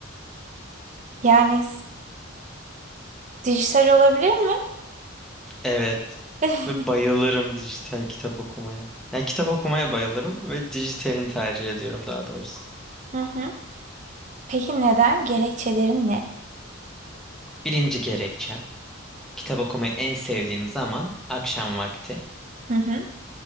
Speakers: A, on the right; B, in the centre.
A: yani s- dijital olabilir mi?
B: Evet.
A: <laughs>
B: Ve bayılırım dijital kitap okumaya. Yani kitap okumaya bayılırım ve dijitalini tercih ediyorum daha doğrusu.
A: Hı hı. Peki neden? Gerekçelerin ne?
B: Birinci gerekçem. Kitap okumayı en sevdiğim zaman akşam vakti.
A: Hı hı.